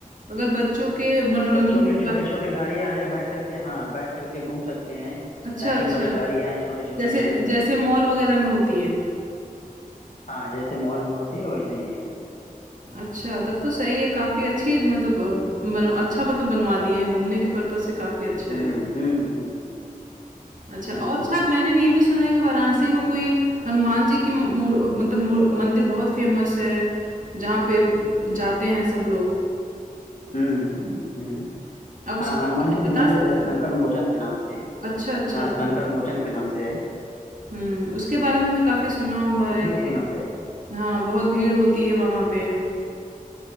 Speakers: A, on the right (about 60°); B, on the left (about 55°).
A: अगर बच्चों के मनोरंजन
B: बच्चों के
A: की
B: लिए छोटे
A: बात
B: छोटे गाड़ियां हैं बैठ करके हाँ बैठ करके घूम सकते हैं
A: अच्छा,
B: लाइटिंग
A: अच्छा।
B: वाली गाड़ियां हैं छोटे छोटे
A: जैसे
B: हैं
A: जैसे मॉल वगैरह में होती है।
B: हाँ जैसे मॉल में होती है वैसे ही है
A: अच्छा, तब तो सही है काफ़ी अच्छी मतलब अ, बन अच्छा मतलब बनवा दिए हैं, घूमने के पर्पज़ से काफ़ी अच्छा
B: हम्म
A: है ये।
B: हम्म हम्म
A: अच्छा और
B: हम्म
A: अच्छा मैंने ये भी सुना है कि वाराणसी में कोई हनुमान जी की म मू मूर- मतलब मू मंदिर बहुत फ़ेमस है, जहाँ पे जाते हैं सब लोग।
B: हम्म हम्म, हम्म।
A: आप उसके
B: हाँ
A: बारे
B: हनुमान जी की
A: में बता
B: मंदिर
A: सकते
B: है संकट
A: हैं?
B: मोचन के नाम से
A: अच्छा, अच्छा।
B: हाँ संकट मोचन के नाम से है
A: हुँ, उसके बारे में भी काफ़ी सुना हुआ
B: वो
A: है
B: भी
A: कि
B: फेमस है
A: हाँ, बहुत भीड़ होती है वहाँ पे।